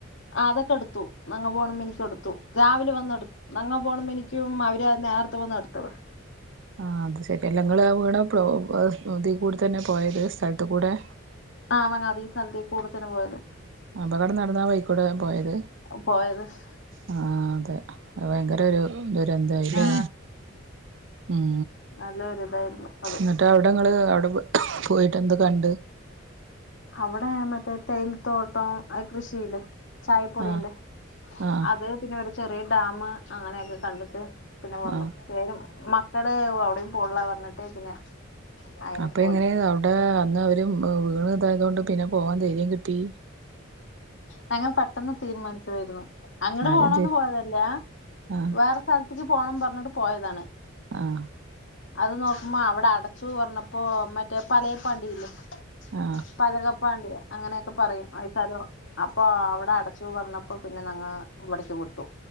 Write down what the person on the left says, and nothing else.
ആഹ് അതൊക്കെ എടുത്തു നങ്ങൾ പോണ മി <unintelligible> എടുത്തു രാവിലെ വന്നെടു നങ്ങൾ പോണ മിനി <unintelligible> അവര് നേരത്തെ വന്ന എടുത്തത്
ആഹ് അതീസ്ഥലത്തി കൂടത്തന്നെ പോയത്
പോയത് സ്
ആ
നല്ല ഒരിതായിരുന്നു അത്
അവിടെ മറ്റേ തേയിലത്തോട്ടം കൃഷിയില് ചായപ്പൊടിയിണ്ട്
അത് പിന്നെ ഒരു ചെറിയ ഡാമ് അങ്ങനെയൊക്കെ കണ്ടിട്ട് പിന്നെ വന്നു
കേരും മക്കള് അവിടയും പോണില്ല പറഞ്ഞിട്ട് പിന്നെ അങ്ങനെ
പോയി
ഞങ്ങള് പെട്ടെന്ന് തീരുമാനിച്ചതായിരുന്നു അങ്ങട്
പോണന്ന് പോയതല്ല
വേറെ സ്ഥലത്ത്ക്ക് പോണം പറഞ്ഞിട്ട് പോയതാണ്
അത് നോക്കുമ്പോ അവിടെ അടച്ചു പറഞ്ഞപ്പോ മറ്റേ പലേപാണ്ടി ഇല്ലേ
ഇപ്പതൊക്കെ പ അങ്ങനെയൊക്കെ പറയും ആ സ്ഥലം അപ്പൊ ആഹ് അവിടെ അടച്ചു പറഞ്ഞപ്പോ പിന്നെ ഞങള് ഇവിടേക്ക് വിട്ടു